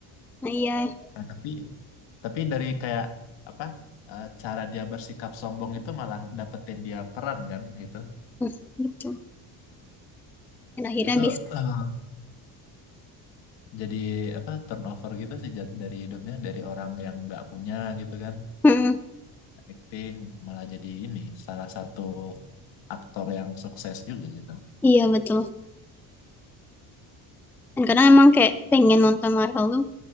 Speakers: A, in the centre; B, on the left.
A: Nah, iya,
B: Nah, tapi tapi dari kayak apa eh, cara dia bersikap sombong itu malah dapetin dia peran kan gitu.
A: Hmm, betul. Dan akhirnya
B: Itu
A: bisa.
B: eh, jadi apa turnover gitu sih jad- dari hidupnya dari orang yang nggak punya gitu kan.
A: Hmm,
B: Acting malah jadi ini salah satu aktor yang sukses juga gitu.
A: iya, betul. Dan kadang emang kayak pengen nonton Marvel tuh,